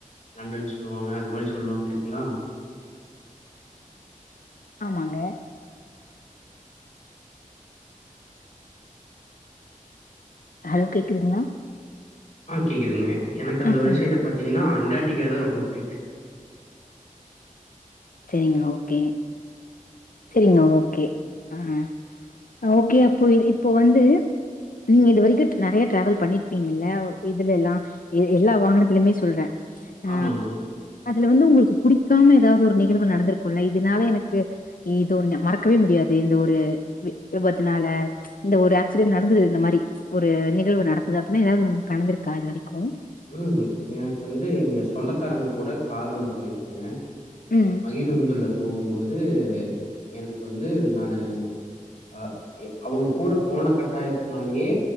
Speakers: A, on the left; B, on the left.
A: லண்டன் சொல்லுவாங்க அது மாரி சொல்லுவாங்க இல்லீங்கிளா
B: ஆமாங்க ஹலோ கேக்குதுங்களா
A: ஆ கேக்குதுங்க எனக் அந்த
B: ஆ
A: வரிசல
B: சொல்லுங்க.
A: பாத்தீங்கன்னா அண்டார்ட்டிகா தா ரொம்ப புடிக்கும்
B: சரிங்க ஓகே சரிங்க ஓகே ஆ ஓகே அப்ப இப்போ வந்து நீங்க இது வரைக்கும் நெறைய டிராவல் பண்ணிருப்பீங்க இல்ல இதுலல்லா எல்லா வாகனத்துலயுமே சொல்ற ஆ
A: ஆமாங்க.
B: அதுல வந்து உங்களுக்கு புடிக்காம ஏதாது ஒரு நிகழ்வு நடந்திருக்குல்ல இதுனால எனக்கு இது ஒன்னு மறக்கவே முடியாது இந்த ஒரு வி விபத்துனால இந்த ஒரு ஆக்சிடென்ட் நடந்தது இந்த மாரி ஒரு நிகழ்வு நடக்குது அப்டின்னா ஏதாது உங்களுக்கு நடந்திருக்கா இது வரைக்கு
A: ம் எனக்கு வந்து எங்க சொந்தக்காரங்க கூட கார்ல போய்ருக்கேங்க
B: ம்
A: மகிழுந்துல போகுபோது எனக்கு வந்து நானு அஹ் அவங்க கூட போன கட்டாயத்தினாலேயே